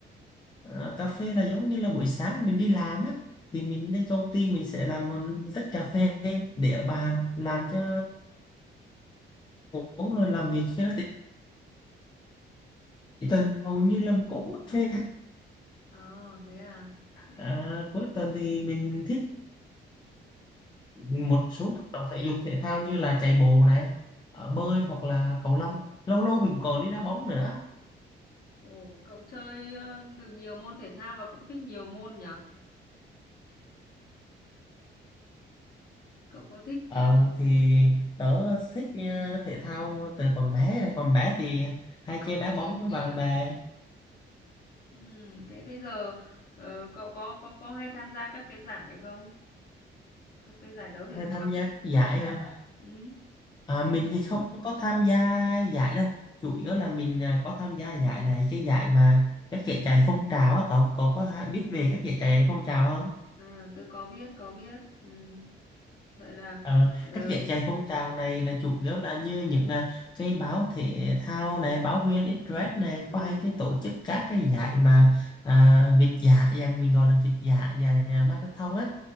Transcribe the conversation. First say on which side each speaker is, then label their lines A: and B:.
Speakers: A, on the left; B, on the left.
A: ờ, cà phê là giống như là buổi sáng mình đi làm á thì mình đến công ty mình sẽ làm một tách cà phê để ở bàn làm cho uống rồi làm việc cho nó tỉnh tuần hầu như là mình cũng uống cà phê
B: Ờ thế à. Thế
A: à, cuối tuần thì mình thích một số hoạt động thể dục thể thao như là chạy bộ này ờ, bơi hoặc là cầu lông lâu lâu mình còn đi đá bóng nữa
B: ồ cậu chơi ờ, được nhiều môn thể thao và cũng thích nhiều môn nhở? Cậu có thích
A: ờ
B: ờ,
A: thì
B: thích
A: tớ thích ờ, thể thao từ còn bé còn bé thì hay chơi đá bóng với bạn bè
B: ừ, thế bây giờ ờ, cậu có có có hay tham gia các cái giải không? Các cái giải đấu thể
A: hay
B: thao.
A: tham gia giải à.
B: Ừ.
A: À, mình thì không có tham gia giải đâu chủ yếu là mình à, có tham gia giải này cái giải mà các giải chạy phong trào á cậu cậu có ha- biết về các giải chạy phong trào không
B: À tôi có biết có biết. Ừ. Vậy là
A: Ờ,
B: ờ,
A: các giải chạy phong trào này là chủ yếu là như những à, cái báo thể thao này, báo viên Express này,
B: ừ,
A: có hay
B: đúng
A: cái
B: rồi.
A: tổ chức các cái giải mà à, việt dã, rằng mình gọi là việt dã giải à, marathon á.